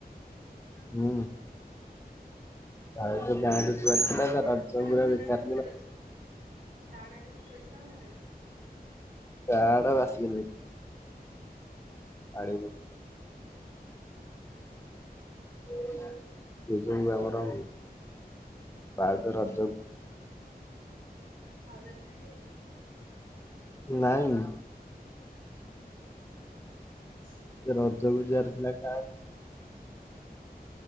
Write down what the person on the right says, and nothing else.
ଆଉ
ଗାଡାଟା
ବାହାରକୁ
ଗଲା
ନା ଭିତରେ ଅଛି। ଗାଡାଡା ଭିତରେ ଅଛି ନା ବାହାରେ ଅଛି?
ହଁ।
ଭାଉଜ
ଆସିନାହାନ୍ତି
ଭାଉଜ ଆସିନାହାଁନ୍ତି?
<inaudible>